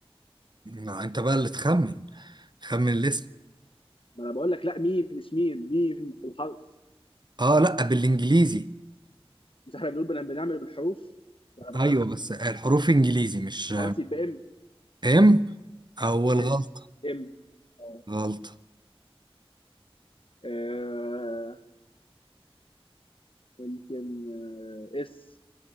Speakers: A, on the right (about 45°); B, on the left (about 60°).
A: ما انت بقى اللي تخمن خمن الاسم
B: ما انا بقول لك لا ميم مش ميم ميم في الحرف
A: اه لا بالانجليزي
B: مش احنا بنقول بن- بنعمل بالحروف وانا بخمن
A: ايوه بس الحروف انجليزي مش
B: خلاص يبقى ام
A: ام اول
B: ماشي
A: غلطة
B: ام اه
A: غلطة
B: آه، ممكن آه اس